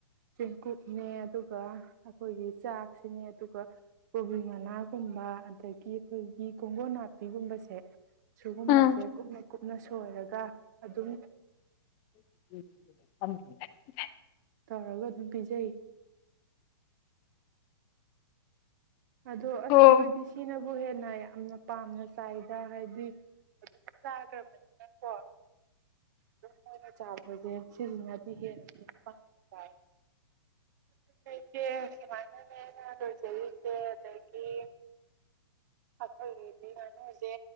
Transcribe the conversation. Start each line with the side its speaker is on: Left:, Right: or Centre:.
Right: ꯆꯦꯡꯀꯨꯞꯅꯦ ꯑꯗꯨꯒ ꯑꯩꯈꯣꯏꯒꯤ ꯆꯥꯛꯁꯤꯅꯦ ꯑꯗꯨꯒ ꯀꯣꯕꯤ ꯉꯅꯥꯒꯨꯝꯕ ꯑꯗꯒꯤ ꯑꯩꯈꯣꯏꯒꯤ ꯀꯣꯡꯒꯣꯟ ꯅꯥꯄꯤꯒꯨꯝꯕꯁꯦ ꯁꯤꯨꯒꯨꯝꯕꯁꯦ
Left: ꯎꯝ
Right: ꯀꯨꯞꯅ- ꯀꯨꯞꯅ ꯁꯣꯏꯔꯒ ꯑꯗꯨꯝ
Left: <inaudible>
Right: ꯇꯧꯔꯒ ꯑꯗꯨꯝ ꯄꯤꯖꯩ꯫ ꯑꯗꯣ ꯑꯁ
Left: ꯍꯣ
Right: ꯃꯣꯏꯗꯤ ꯁꯤꯅ ꯕꯨ ꯍꯦꯟꯅ ꯌꯥꯝꯅ ꯄꯥꯝꯅ ꯆꯥꯏꯗ ꯍꯥꯏꯗꯤ ꯑꯗꯨꯝ ꯆꯥꯈ꯭ꯔꯕꯅꯤꯅꯀꯣ ꯑꯗꯨꯝꯣꯏ ꯃꯣꯏꯅ ꯆꯥꯕꯁꯦ ꯁꯤꯁꯤꯅꯗꯤ ꯍꯦꯟꯅ ꯑꯗꯨꯝ ꯄꯥꯝꯅ ꯆꯥꯏ ꯑꯗꯨ ꯏꯆꯦ ꯁꯨꯃꯥꯏꯅꯅꯦ ꯂꯣꯏꯖꯔꯤꯁꯦ ꯑꯗꯒꯤ ꯑꯩꯈꯣꯏꯒꯤꯗꯤ ꯉꯥꯅꯨꯁꯦ